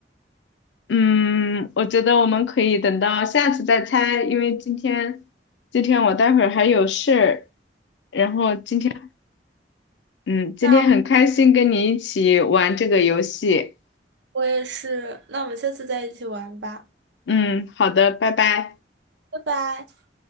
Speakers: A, on the left (about 80°); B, on the right (about 85°).
A: 嗯，我觉得我们可以等到下次再猜，因为今天今天我待会儿还有事儿，然后今天嗯，今天很开心跟你一起玩这个游戏，
B: 那我也是，那我们下次再一起玩吧。
A: 嗯，好的，拜拜。
B: 拜拜。